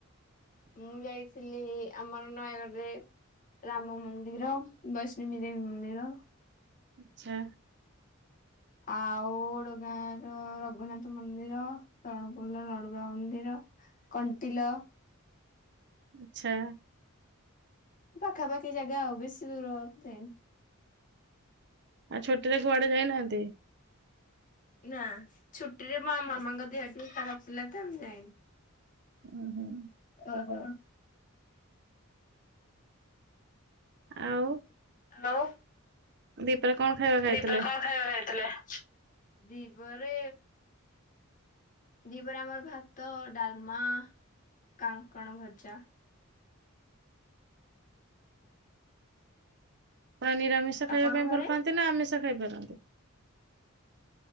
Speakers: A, on the left; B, on the right.
A: ମୁଁ ଯାଇଥିଲି ଆମର ନୟାଗଡ୍ ରେ ରାମ ମନ୍ଦିର, ବୈଷ୍ଣବୀ ଦେବୀ ମନ୍ଦିର।
B: ଆଛା।
A: ଆଉ ଓଡଗାଁ ର ରଘୁନାଥ ମନ୍ଦିର, ସରଣପୁଲର ଲଡୁବାବା ମନ୍ଦିର- କଣ୍ଟିଲ।
B: ଆଛା।
A: ପାଖାପାଖି ଜାଗା ଆଉ, ବେଶୀ ଦୂର ଯାଇନି।
B: ଆଉ ଛୁଟିରେ କୁଆଡ଼େ ଯାଇନାହାନ୍ତି।
A: ନା, ଛୁଟିରେ ମୋ ଆ ମାମାଙ୍କ ଦେହ ଟିକେ ଖରାପ ଥିଲା ତ ମୁଁ ଯାଇନି।
B: ହୁଁ ହୁଁ।
A: ଅ ହୋ
B: ଆଉ
A: ଆଉ
B: ଦିପରେ କଣ ଖାଇବା ଖାଇଥିଲେ?
A: ଦୀପରେ କଣ ଖାଇବା ଖାଇଥିଲେ ଦୀପରେ ଦିପରେ ଆମର ଭାତ, ଡାଲମା, କାଙ୍କଣ ଭଜା।
B: ନିରାମିଷ ଖାଇବା
A: ଆପଣଙ୍କ
B: ପାଇଁ
A: ଘରେ
B: ଭଲ ପାଆନ୍ତି ନା ଆମିଷ ଖାଇପାରନ୍ତି?